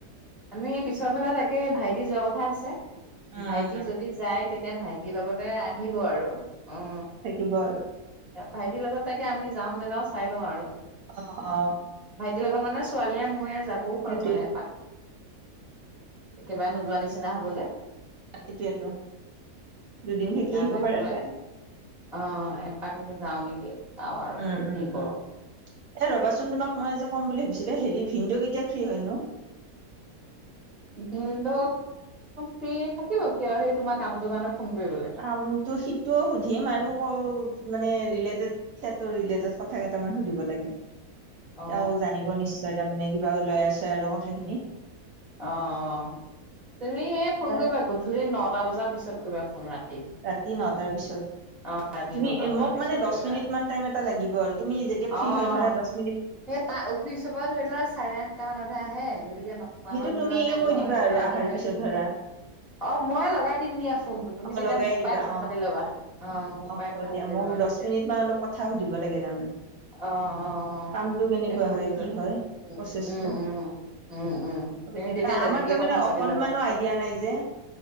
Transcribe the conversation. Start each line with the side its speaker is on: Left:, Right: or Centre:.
Centre: আমি পিছৰফালে তাকে ভাইটি যোৱা কথা আছে।
Right: উম
Centre: ভাইটি
Right: উম উম
Centre: যদি যায়, তেতিয়া ভাইটিৰ লগতে আহিব আৰু অ'।
Right: এবাৰ
Centre: ভাইটিৰ লগত তাকে আমি যাওঁ নাযাওঁ চাই লওঁ আৰু
Right: অ অ
Centre: ভাইটিৰ লগত মানে ছোৱালীয়ে ময়ে যাবও পাৰো
Right: এইটোয়ে
Centre: মানে এপাক একেবাৰে নোযোৱা নিচিনা হব যে
Right: এতিয়াতো দুদিন
Centre: সেইকাৰণে
Right: থাকি আহিব পাৰা
Centre: বোলো
Right: যায়
Centre: অ যাওঁ নেকি চাওঁ আৰু
Right: উম
Centre: কি
Right: উম উম
Centre: কৰো
Right: এ ৰবাচোন তোমাক মই যে ক'ম বুলি ভাবিছিলো হেৰি ভিন্দ কেতিয়া ফ্ৰী হয় নো
Centre: ভিন্দ ফ্ৰি থাকিব কিয় সেই তোমাৰ কামটো কাৰণে ফোন কৰিবলে
Right: কামটো সিটোও সুধিম আৰু মানে ৰিলেটেড সটোৰ ৰিলেটড কথা কেইটামান সুধিব লাগে
Centre: অ অ
Right: তেওঁ জানিব নিশ্চয় তাৰমানে কিবা লৈ আছে আৰু কথাখিনি
Centre: অঁঁ তুমি এই
Right: তাৰপৰা
Centre: ফোন কৰিবা গধূলি নটা বজাৰ পিছত কৰিবা ফোন ৰাতি
Right: ৰাতি নটাৰ পিছত
Centre: অ ৰাতি
Right: তুমি
Centre: নটা বজাৰ
Right: মোক
Centre: পিছত
Right: মানে দছ
Centre: কৰিবা
Right: মিনিটমান টাইম এটা লাগিব আৰু তুমি যেতিয়া
Centre: অ',
Right: ফ্ৰী হয় থাকা দছ মি
Centre: সেই তাৰ অফিচৰ পৰা ধৰি লোৱা চাৰে আঠটা মানতহে আহে গতিকে কাহামান
Right: সেইটো তুমি
Centre: বজাত তেওঁ
Right: কৈ
Centre: ঘৰ
Right: দিবা
Centre: আহি
Right: আৰু
Centre: পায় আজহ
Right: আহাৰ পিছত ধৰা
Centre: অ মই লগাই দিম দিয়া ফোনটোত তুমি
Right: অ
Centre: তেতিয়া
Right: লগাই
Centre: মোৰ
Right: দিবা
Centre: পৰাই কথা
Right: অ
Centre: পাতি ল'বা অ মোৰ পৰাই
Right: হ'ব
Centre: কথা
Right: দিয়া
Centre: পাতি
Right: মোক
Centre: ল'বা
Right: দহ
Centre: তেতিয়া
Right: মিনিট মান অলপ কথা সুধিব লাগে তাৰমানে
Centre: অ অ
Right: কামটো কেনেকুৱা
Centre: এই সুধিলো
Right: হয় কি হয় প্ৰচেছটো
Centre: উম উম উম উম তুমি
Right: আমাৰ
Centre: তেতিয়া তেনেকেই
Right: তাৰমানে
Centre: কথা
Right: অকনমানো
Centre: পাতি ল'বা
Right: আইডিয়া নাই যে